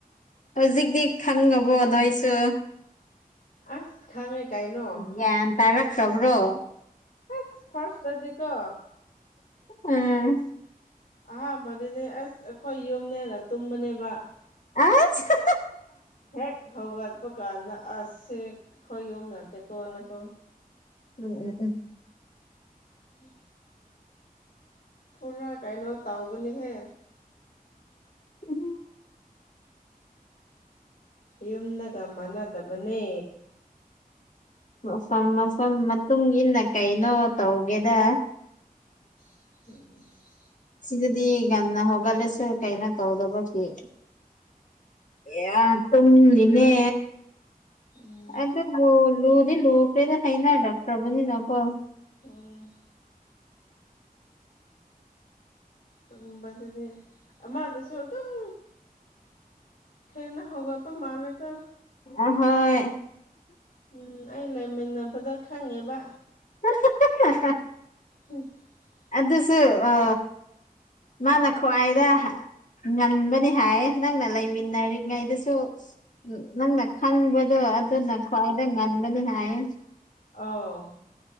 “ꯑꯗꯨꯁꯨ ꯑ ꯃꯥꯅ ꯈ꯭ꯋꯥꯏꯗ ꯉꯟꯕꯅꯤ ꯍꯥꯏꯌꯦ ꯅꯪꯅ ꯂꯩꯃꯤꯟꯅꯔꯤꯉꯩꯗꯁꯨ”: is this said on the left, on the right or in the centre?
Left